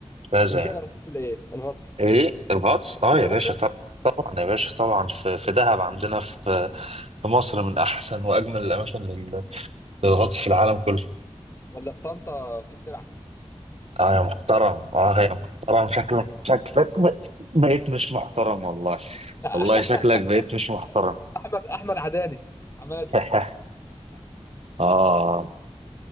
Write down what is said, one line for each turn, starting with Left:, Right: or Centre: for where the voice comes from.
Right: ممتازه
Left: قبل
Right: يعني
Left: كده جربته ولا ايه الغطس
Right: ايه الغطس
Left: قبل
Right: اه
Left: كده
Right: يا
Left: جربته
Right: باشا طب طبعا يا باشا طبعا في في دهب عندنا في في مصر من احسن واجمل الاماكن لل- للغطس في العالم كله
Left: ولا في طنطا في الترعه
Right: اه يا محترم اه يا محترم شكلك شكلك ب- بقيت مش محترم والله
Left: <laughs>
Right: والله شكلك بقيت مش محترم
Left: احمد احمد عداني عماد
Right: <laughs> اه